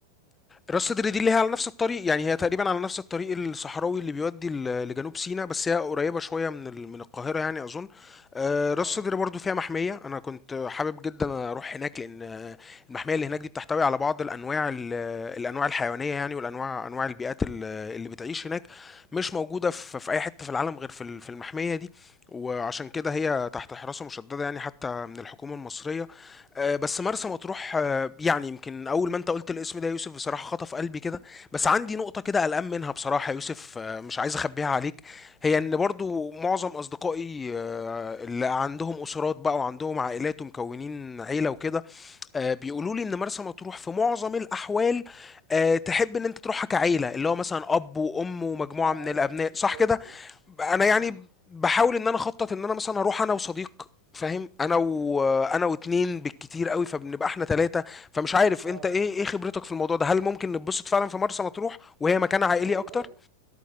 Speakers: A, on the left; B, on the right.
A: راس سدر دي اللي هي على نفس الطريق يعني هي تقريبا على نفس الطريق الصحراوي اللي بيودي ل- لجنوب سيناء بس هي قريبة شوية من ال- من القاهرة يعني أظن آه، راس
B: اه
A: سدر برضو فيها محمية أنا كنت حابب جدا أروح هناك لأن آه، المحمية اللي هناك دي بتحتوي على بعض الأنواع ال- الأنواع الحيوانية يعني والأنواع أنواع البيئات ال- اللي بتعيش هناك مش موجودة في في أي حتة في العالم غير في ال- في المحمية دي وعشان كده هي تحت حراسة مشددة يعني حتى من الحكومة المصرية آه، بس مرسى مطروح آه، يعني يمكن اول ما انت قلت الاسم ده يا يوسف بصراحه خطف قلبي كده بس عندي نقطه كده قلقان منها بصراحه يا يوسف آه، مش عايز اخبيها عليك هي ان برضو معظم اصدقائي آه، اللي عندهم اسرات بقى وعندهم عائلات ومكونين عيله وكده آه، بيقولوا لي ان مرسى مطروح في معظم الاحوال آه، تحب ان انت تروحها كعيله اللي هو مثلا اب وام ومجموعه
B: اه
A: من
B: ايوه
A: الابناء
B: دي
A: صح
B: حقيقة
A: كده
B: صح
A: ب- انا يعني
B: صح
A: بحاول ان انا اخطط ان انا مثلا اروح انا وصديق فاهم انا و... انا واتنين بالكتير قوي فبنبقى احنا ثلاثه فمش عارف
B: اه
A: انت ايه ايه خبرتك في الموضوع ده هل ممكن نتبسط فعلا في مرسى مطروح وهي مكان عائلي
B: والله
A: اكتر